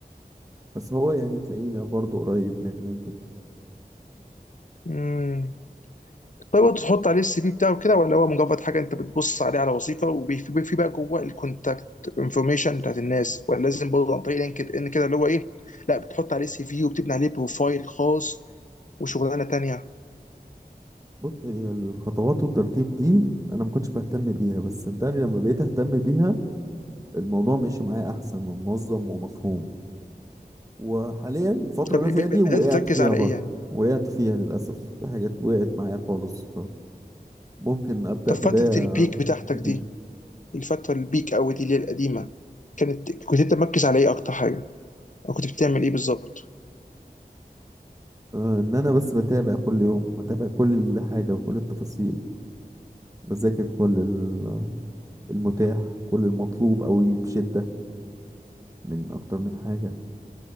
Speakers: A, on the right; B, on the left.
A: بس هو يعني تلاقينا برضو قريب من لينكد
B: امم طيب وأنت تحط عليه السي في بتاعه كده ولا هو مجرد حاجة أنت بتبص عليه على وظيفة وفي في بقى جوه الكونتاكت انفورميشن بتاعت الناس ولا لازم برضه عن طريق لينكد إن كده اللي هو إيه؟ لا بتحط عليه سي في وبتبني عليه بروفايل خاص وشغلانة تانية
A: بص هي الخطوات والترتيب دي انا ما كنتش بهتم بيها بس صدقني لما بقيت اهتم بيها الموضوع ماشي معايا احسن ومنظم ومفهوم وحاليا الفتره
B: طب
A: اللي
B: ب-
A: انا فيها
B: ب-
A: دي وقعت
B: بدأت تركز
A: فيها
B: على
A: برضو
B: إيه يعني؟
A: وقعت فيها للاسف في حاجات وقعت معايا خالص فممكن ابدا
B: طب
A: بدايه
B: فترة البيك بتاعتك
A: جديده
B: دي الفترة البيك أوي دي اللي هي القديمة كانت كنت أنت مركز على إيه أكتر حاجة؟ أو كنت بتعمل إيه بالظبط؟
A: آه، ان انا بس بتابع كل يوم بتابع كل حاجه وكل التفاصيل بذاكر كل ال- المتاح كل المطلوب قوي وبشدة من أكتر من حاجة